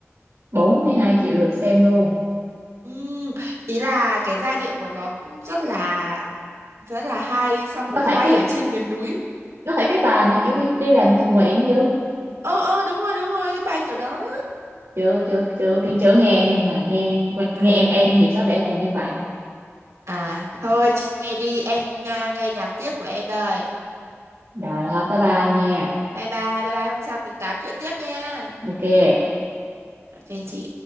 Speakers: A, on the right; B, on the right.
A: 42 triệu lượt xem luôn
B: Ừm, ý là cái giai điệu của nó cũng rất là rất là hay xong rồi
A: nó
B: quay
A: phải cái
B: ở trên miền núi
A: nó phải cái bài mà kiểu đi đi làm tình nguyện chứ
B: ờ ờ đúng rồi đúng rồi cái bài kiểu đó
A: chưa chưa chưa chưa, chưa nghe nhưng mà nghe
B: à
A: nghe em em thì có vẻ là như vậy
B: à thôi che đi em à, nghe nhạc tiếp của em đây
A: rồi thôi bye bye nha
B: bye bye bye bye hôm sau mình tám chuyện tiếp nha
A: ok
B: ok chị